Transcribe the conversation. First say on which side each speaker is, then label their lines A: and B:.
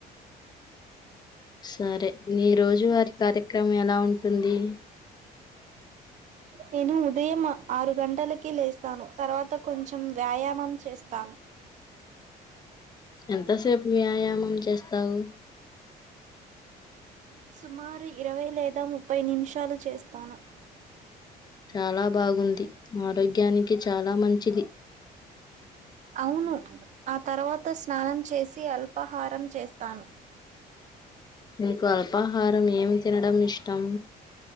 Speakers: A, on the left; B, on the right.
A: సరే నీ రోజు వారి కార్యక్రం ఎలా ఉంటుంది
B: నేను ఉదయం ఆరు గంటలకి లేస్తాను తర్వాత కొంచెం వ్యాయామం చేస్తాను
A: ఎంతసేపు వ్యాయామం చేస్తావు
B: సుమారు ఇరవై లేదా ముప్పై నిమిషాలు చేస్తాను
A: చాలా బాగుంది ఆరోగ్యానికి చాలా మంచిది
B: అవును ఆ తర్వాత స్ స్నానం చేసి అల్పాహారం చేస్తాను
A: నీకు అల్పాహారం ఏమి తినడం ఇష్టం